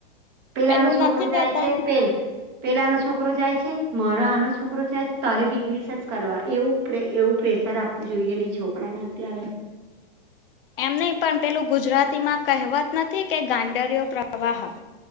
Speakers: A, on the right; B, on the left.
A: પેલા
B: પેલું
A: નો છોકરો
B: નથી
A: જાય
B: કેતા
A: છે પેલ પેલાનો છોકરો જાય છે મારો આનો છોકરો જાય છે તરે બી ઇંગલિશ જ કરવા એવું એવું પ્રેશર આપવું જોઈએ નહીં છોકરાને અત્યારે.
B: એમ નહી પણ પેલું ગુજરાતી માં કહેવત નથી કે ગાંડરયો પ્રવાહ